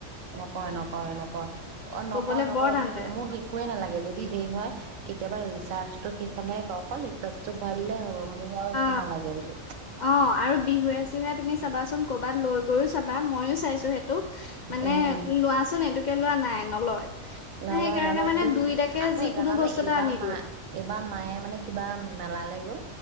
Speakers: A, on the right (about 85°); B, on the left (about 75°).
A: নকয় নকয় নকয় অ নকয়
B: কবলে
A: নকয়
B: বৰ টান
A: মোক
B: পায়।
A: মোক একোৱে নালাগে যদি সেৰি হয় কেতিয়াবা ৰেচ ৰিচাৰ্জটো শেষ হলেহে কয় অকল ৰিচাৰ্জটো ভৰাই দিলে হ'ব মোক আৰু একো
B: অ
A: নালাগে বুলি
B: অ আৰু বিহুৱে চিহুৱে তুমি চাবাচোন কৰ'বাত লৈ গৈও চাবা মইও চাইছো সেইটো মানে
A: উম
B: লোৱাচোন এইটো লোৱা নাই নলয়
A: নলয়
B: সেইকাৰণে
A: নলয়
B: মানে
A: তোৰ
B: দুইটাকে
A: আকৌ
B: যিকোনো
A: জানানে
B: বস্তু
A: এইবাৰ
B: এটা আনি
A: মা
B: দিওঁ।
A: এইবাৰ মায়ে মানে কিবা মেলালে গ'ল